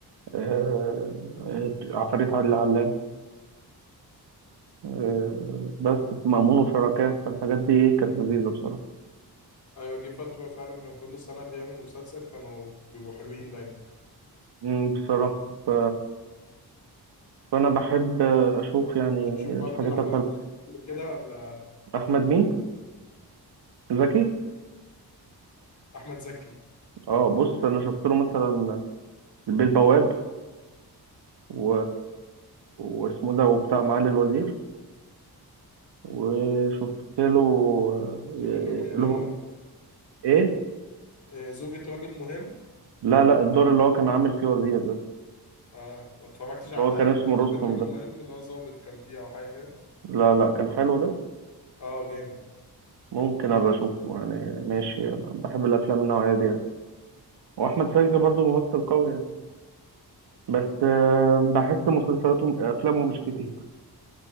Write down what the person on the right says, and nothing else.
آه، آه، عفاريت عادل علام آه، بس في مأمون وشركاه فالحاجات دي إيه كانت لذيذة بصراحة
مم، بصراحة ف... فأنا بحب أشوف يعني
الحاجات
الحلوة
أحمد مين؟ زكي؟
اه بص أنا شفت له مثلا البيه البواب و... واسمه ده وبتاع معالي الوزير وشفت له آه،
اللي هو
إيه؟
لا لا الدور اللي هو كان عامل فيه وزير
اللي
هو كان
اسمه
رستم
ده
لا لا كان حلو ده
ممكن ابقى اشوفه يعني ماشي انا بحب الافلام النوعيه دي يعني واحمد سقا برضو ممثل قوي يعني
بس آه، بحس مسلسلاته افلامه مش كتير